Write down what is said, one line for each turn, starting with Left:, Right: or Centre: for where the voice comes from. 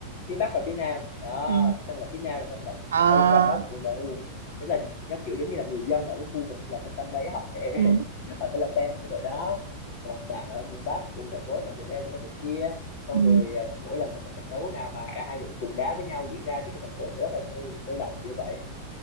Left: phía Bắc và phía Nam đó
Right: Ừ.
Left: sân vận động phía Nam là sân vận động
Right: À,
Left: Old Trafford của MU tức là nó kiểu giống như là người dân ở cái khu vực gần cái sân đấy họ sẽ
Right: Ừ.
Left: <laughs> họ sẽ là fan của đội đó còn bạn ở miền Bắc của thành phố bạn sẽ theo đội đội kia xong
Right: Ừ.
Left: rồi à, mỗi lần mà có trận đấu nào mà cả hai đội cùng đá với nhau diễn ra thì cái thành phố sẽ rất là sôi sôi động kiểu vậy